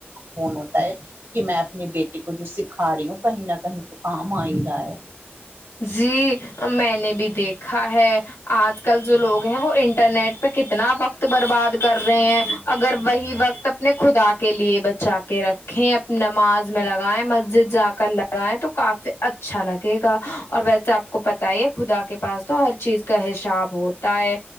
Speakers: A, on the right (about 75°); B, on the left (about 85°).
A: فون ہوتا ہے کہ میں اپنے بیٹے کو جو سکھا رہی ہوں کہیں نہ کہیں تو کام آ ہی رہا ہے
B: جی میں نے بھی دیکھا ہے آج کل جو لوگ ہیں وہ انٹرنیٹ پہ کتنا وقت برباد کر رہے ہیں اگر وہی وقت اپنے خدا کے لیے بچا کے رکھے نماز میں لگائائے مسجد جا کر بیں تو کافی اچھا لگے گا اور ویسے آپ کو پت ہی ہے خدا کے پاس تو ہر چیز کا حساب ہوتا ہے